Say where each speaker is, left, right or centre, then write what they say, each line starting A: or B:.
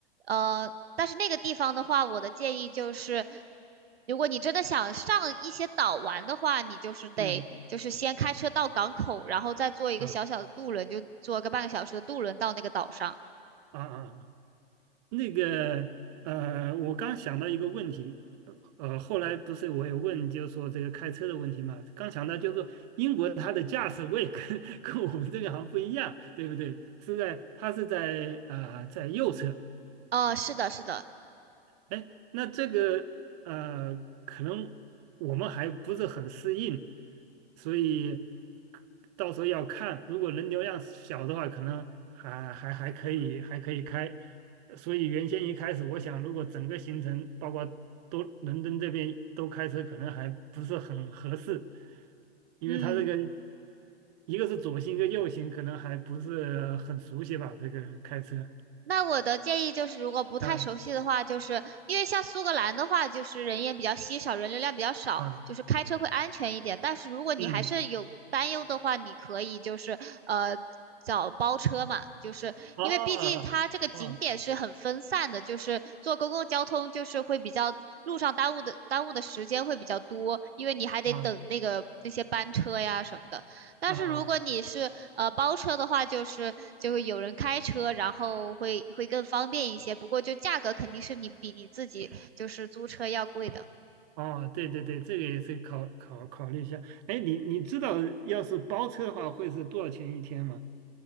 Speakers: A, on the right; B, on the right.
A: 呃，但是那个地方的话，我的建议就是，如果你真的想上一些岛玩的话，你就是得就是先开车到港口，
B: 嗯
A: 然后再坐一个小小的渡轮，
B: 啊
A: 就坐个半个小时的渡轮到那个岛上。
B: 啊啊！那个呃，我刚想到一个问题，呃，后来不是我也问，就是说这个开车的问题嘛，刚想到就是说英国它的驾驶位跟 <laughs> 跟我们这边好像不一样，对不对？是在它是在啊、呃在右侧，
A: 呃，是的，是的，
B: 哎，那这个呃，可能我们还不是很适应，所以到时候要看，如果人流量小的话，可能还还还可以，还可以开。所以原先一开始，我想如果整个行程包括都伦敦这边都开车，可能还不是很合适，因为它这个
A: 嗯。
B: 一个是左行，一个右行，可能还不是很熟悉吧，这个开车。
A: 那我的建议就是，如果不太熟悉的话，
B: 嗯
A: 就是因为像苏格兰的话，就是人烟比较稀少，人流量比较少，
B: 啊，
A: 就是开车会安全一点。但是如果你还是有担忧的话，
B: 嗯。
A: 你可以就是呃找包车嘛，就是因为毕竟它这个景点是很分散的，
B: 哦哦
A: 就是坐公共交通就是会比较路上耽误的耽误的时间会比较多，因为你还得等那个那些班车呀什么的。
B: 啊
A: 但是如果你是呃包车的话，
B: 啊啊！
A: 就是就会有人开车，然后会会更方便一些。不过就价格肯定是你比你自己就是租车要贵的。
B: 哦，对对对，这个也是考考考虑一下。哎，你你知道要是包车的话会是多少钱一天吗？